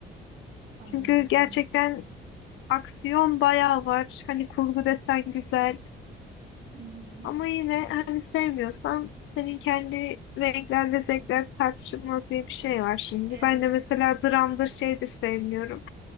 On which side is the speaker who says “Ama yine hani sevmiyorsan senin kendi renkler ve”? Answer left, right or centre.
Left